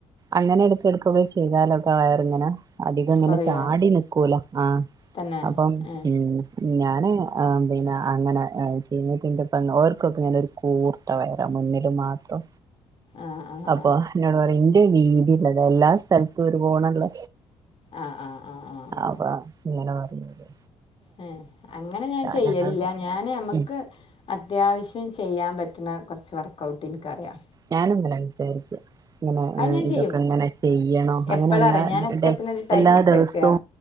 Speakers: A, on the right; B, on the left.
A: അങ്ങനെ എട്ക്കെട്ക്ക് ചെയ്താലോക്കെ വയറിങ്ങനെ അതികം അങ്ങനെ
B: കുറയോ
A: ചാടി നിക്കൂലോ ആഹ്‌
B: തന്നെ
A: അപ്പം
B: ഏഹ്
A: മ്. ഞാന് ആ പിന്നെ അങ്ങനെ ചെയ്യുന്നതിന്റെ പങ്ങരോക്കൊക്കെ ഇങ് കൂർത്ത വയറ മുന്നില് മാത്രോ
B: ആഹ് ആഹ്
A: അപ്പൊ
B: ആഹ്
A: എന്നോട് പറ ഇന്റെ രീതില്ലതാ എല്ലാ സ്ഥലത്തു ഒര്പോണള
B: ആഹ് ആഹ് ആഹ് ആഹ്
A: ആപ ഇങ്ങനെ പറയൂലെ.
B: ഏ അങ്ങനെ ഞാൻ ചെയ്യലില്ല
A: ഞങ്ങളുടെ
B: ഞാന് അ മ്മക്ക്
A: ഉം
B: അത്യാവശ്യം ചെയ്യാൻ പറ്റുന്ന കുറച്ച് വർക്കഔട്ട് ഇനിക്കറിയാ
A: ഞാനുങ്ങന വിചാരിക്ക. ഇങ്ങനെ
B: അത് ഞാൻ
A: ഇതൊക്കെ
B: ചെയ്യും
A: ഇങ്ങനെ ചെയ്യണോ അങ്ങനെ
B: എപ്പോഴറിയാം
A: എല്ലാ
B: ഞാൻ ഒക്കത്തിനൊരു ടൈം
A: എല്ലാ
B: ഇട്ടേക്കുക
A: ദിവസവു